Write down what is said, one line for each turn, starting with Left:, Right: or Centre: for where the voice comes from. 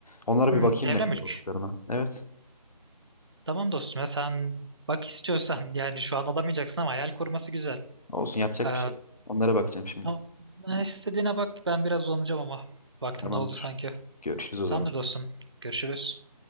Left: Onlara
Right: Hmm,
Left: bir bakayım
Right: devre
Left: ne kadar
Right: mülk.
Left: olduklarına. Evet.
Right: Tamam dostum ya sen bak istiyorsan <laughs> yani şu an alamayacaksın ama hayal koruması güzel.
Left: Olsun yapacak
Right: Ee,
Left: bir şey yok. Onlara bakacağım şimdi.
Right: ama istediğine bak ben biraz uzanacağım ama vaktim
Left: Tamamdır.
Right: doldu sanki.
Left: Görüşürüz o zaman.
Right: Tamamdır dostum. Görüşürüz.